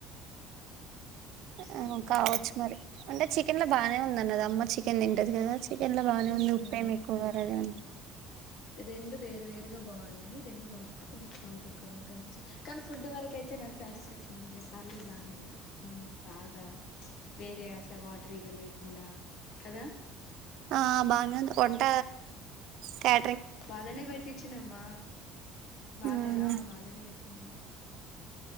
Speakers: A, on the left; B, on the right.
A: వస్తున్నా
B: ఆ కావచ్చు మరి అంటే చికెన్ లో బాగానే ఉంద అ అమ్మా చికెన్ంట ఇప్పకెల్లా బానే
A: ఉమ్
B: ఉంది ఉప్పయం ఎక్కువాలగాని
A: రెండు వేరు వేరుగ బాగున్నాయి రెండు కలిపితే కొంచెం సాల్ట్ ఎక్కువయినట్టు అనిపించి ఫడ్ వరకు ఐతే నాక్ సాటిస్ఫాక్షన్ ఉంది రేపు పన్నీరు బానే ఉంది హమ్ బాగా వేరే అట్ల వాటరీగా లేకుండ కదా
B: ఆ బానే ఉంది వొంట క్యా
A: వాళ్ళనే పెట్టించినమ్మా వాళ్ళ
B: ఎవరు?
A: ఆ వాళ్ళనే పెట్టి అ <inaudible>